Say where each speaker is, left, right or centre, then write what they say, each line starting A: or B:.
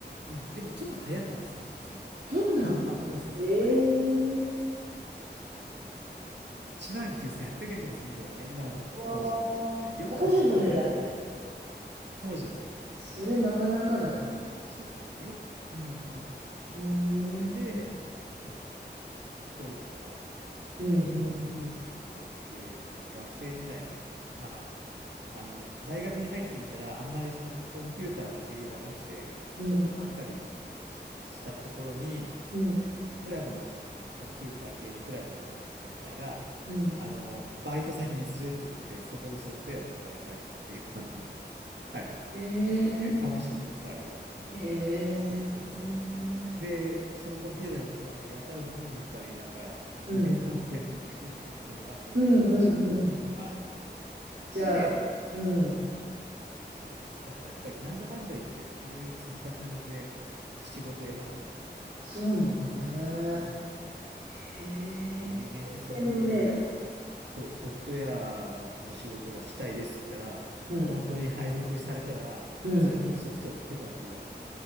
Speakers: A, on the right (about 75°); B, on the right (about 60°).
A: うん。でもちょっと流行ったんです、その時期、その、
B: そうなの。
A: 短波放送の入る。
B: えー
A: うん。なんかね、そう。19,800円とかするんだよね。今思うと、
B: わ
A: 当時の値段で。
B: ー当時の値段で。
A: よく買ってもらえたな。当時の値段で。
B: それなかなかだ。
A: ちょっとね、よく買ってもらえたなと思って。
B: うん。
A: それで、
B: うーん。
A: そうそう。そういうとこ入って。
B: うんう
A: うん。
B: ん
A: そうで、その学生時代に、まあ、あの、大学に入ってみたら、あんまりそのコンピューターの授業がなくて、
B: うんうんうん。
A: ちょっとがっかりししたところに、
B: うん。
A: クラブの、あの、コンピューター系のクラブの先、先輩が、
B: うん。うん。
A: あの、バイト先に連れてってくれて、そこでソフトウェアをいっぱい書くっていう、あの、<laughs> はい。
B: へえ
A: 楽しかったです、あれは。うんそうそうそ
B: へえ。うん。
A: う。で、そのコンピューターのクラブでやたら飲みに行ったり、なんか、
B: うん
A: イベントもやってくれるとこだったので、まあ、それなりに楽しく。
B: うんうん。
A: はいはい。
B: じゃあ、
A: で、
B: うん。
A: そう、そうです。だからやっぱり、なんだかんだ言って、そういう積み重ねで仕事を選んだんだ。
B: そうなんだね。
A: うん
B: へ
A: でね面接の時に、
B: え。天の命だ。
A: そう、ソフトウェアの仕事がしたいですって言ったら、
B: うん。
A: 本当に配属されたら、
B: うん。
A: そこでソフトウェア売ってたっていう、あの、